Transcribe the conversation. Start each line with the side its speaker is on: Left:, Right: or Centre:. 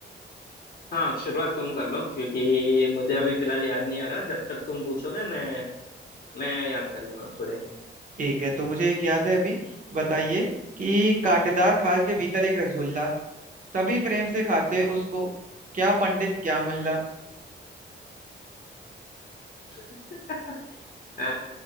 Left: हाँ शुरुआत तुम कर लो क्योंकि मुझे अभी फिलहाल याद नहीं आ रहा जब तक तुम पूछोगे मैं मैं याद कर लूंगा थोड़े
Right: ठीक है तो मुझे एक याद है अभी तो बताइए कि कांटेदार खाल के भीतर एक रसगुल्ला सभी प्रेम से खाते उसको क्या पंडित क्या मुल्ला
Left: <laughs> आ,